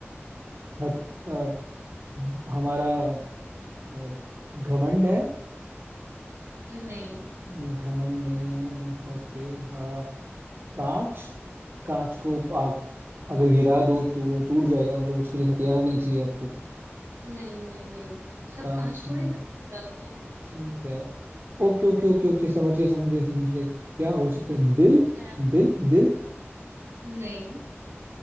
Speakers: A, on the right; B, on the right.
A: हथ, अ, हमारा अ, घमंड है
B: नहीं
A: घमंड नहीं है ओके हाँ कांच कांच को आप अगर गिरा दो तो वो टूट जाएगा मतलब उसके लिए हथियार नहीं चाहिए आपको
B: नहीं नहीं नहीं सब
A: कांच
B: कांच
A: में
B: थोड़े ना टूट जाते हैं
A: ठीक है ओके ओके ओके ओके समझ गया समझ गया समझ गया क्या हो सकता है दिल
B: खैर,
A: दिल दिल
B: नहीं